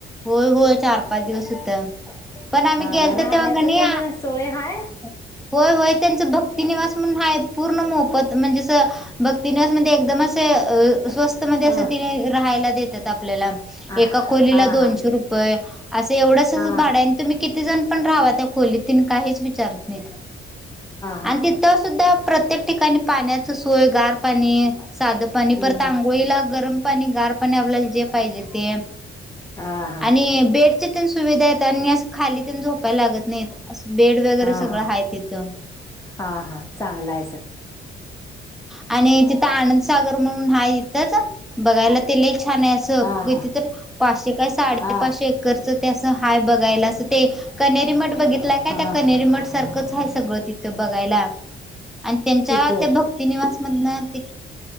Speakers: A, in the centre; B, on the left (about 15°).
A: होय होय चार पाच दिवस होतं पण आम्ही
B: हा
A: गेलतो
B: राहण्याच
A: तेव्हा कणी
B: ते ना सोय हाय
A: - होय होय त्यांच भक्तीनिवास म्हणून आहेत. पूर्ण मोफत म्हणजे असं भक्ती निवास म्हणजे एकदम अस अ- स्वस्त मध्ये
B: ह
A: असं तिने राहायला देतात आपल्याला
B: हा
A: एका खोलीला
B: हा
A: दोनशे
B: हा
A: रुपये. असं एवढंसच
B: हा
A: भाड आहे. तुम्ही किती जण पण राहावा, त्या खोलीत तिन काहीच विचारत नाहीत.
B: हा
A: आणि तिथं सुद्धा प्रत्येक ठिकाणी पाण्याची सोय गार पाणी साधं पाणी
B: हम्म
A: परत आांघोळीला गरम पाणी, गार पाणी आपल्याला जे पाहिजे ते.
B: हा हा
A: आणि बेडच्या पण सुविधा आहेत आणि अस खाली झोपायला लागत नाही अस. बेड वगैरे
B: हा
A: सग -
B: हा
A: गळ हाय तिथ
B: हा हा चांगला आहे सर
A: आणि आनंदसागर म्हणून हा. इथंच बघायला ते लयी छान छान असती
B: हा हा
A: तर, पाचशे काय साडे
B: हा
A: पाचशे एकर- हाय बघायला तस असं ते. कणेरी मठ बघितला काय?
B: हा
A: कणेरी मठ सगळ तिथ बघायला आणि त्यांच्या
B: तिथं
A: त्या भक्ती निवास त